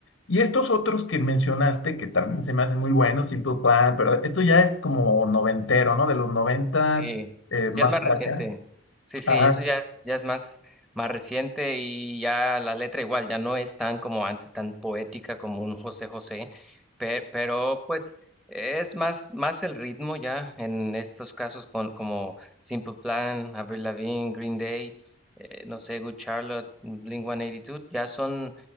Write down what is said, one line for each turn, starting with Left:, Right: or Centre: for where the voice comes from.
Left: Y estos otros que mencionaste, que también se me hacen muy buenos, Simple Plan, pero esto ya es como noventero, ¿no? De los noventas
Centre: Sí,
Left: eh, más
Centre: ya es más
Left: para
Centre: reciente.
Left: acá.
Centre: Sí, sí,
Left: Ajá.
Centre: eso ya es, ya es más, más reciente y ya la letra igual, ya no es tan como antes, tan poética como un José José, pe- pero, pues es más, más el ritmo ya en estos casos con, como Simple Plan, Avril Lavigne, Green Day, eh, no sé, Good Charlotte, Blink-182, ya son,